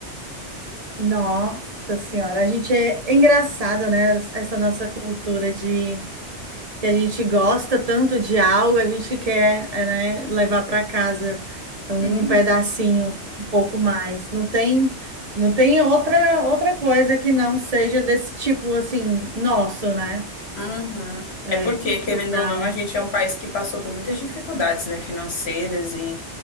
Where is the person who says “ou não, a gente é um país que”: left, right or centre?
Left